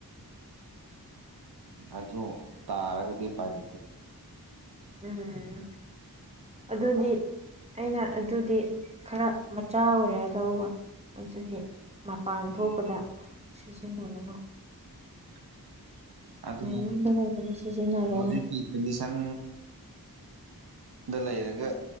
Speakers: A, on the right; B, on the right.
A: ꯑꯗꯨ ꯇꯥꯔꯒꯗꯤ ꯄꯥꯏ ꯂꯩꯇꯦ
B: ꯎꯝ ꯑꯗꯨꯗꯤ ꯑꯩꯅ ꯑꯗꯨꯗꯤ ꯈꯔ ꯃꯆꯥ ꯑꯣꯏꯔꯦ ꯇꯧꯕ ꯑꯗꯨꯗꯤ ꯃꯄꯥꯟ
A: ꯎꯝ
B: ꯊꯣꯛꯄꯗ ꯁꯤꯖꯤꯟꯅꯅ
A: <inaudible> ꯑꯗꯨ
B: ꯌꯨꯝꯗ ꯂꯩꯕꯗ ꯁꯤꯖꯤꯟꯅꯔꯦ
A: ꯍꯧꯖꯤꯛꯀꯤ ꯀꯟꯗꯤꯁꯟ ꯗ ꯂꯩꯔꯒ